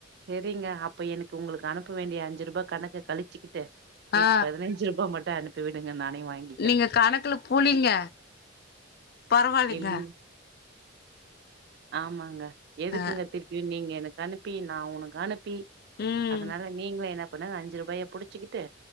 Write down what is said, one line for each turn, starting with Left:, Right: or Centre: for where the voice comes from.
Right: சரிங்க அப்ப எனக்கு உங்களுக்கு அனுப்ப வேண்டிய அஞ்சு ரூபா கணக்க கழிச்சுக்கிட்டு ட்டு வீட்டுக்கு
Left: ஆ
Right: பதினஞ்சு ரூபா மட்டு த அனுப்பி விடுங்க நானே வாங்கிக்கிறே
Left: நீங்க கணக்குல புலிங்க பரவாலிங்க
Right: இல்லிங் ஆமாங்க எதுக்குங்க
Left: ஆ
Right: திருப்பியு நீங்க எனக்கு அனுப் பீன் ந உனக்கானுப் பீல்
Left: ம்
Right: அதனால நீங்களு எனக் அப்பனா அஞ்சு ரூபாய புடிச்சிக்கிட்டு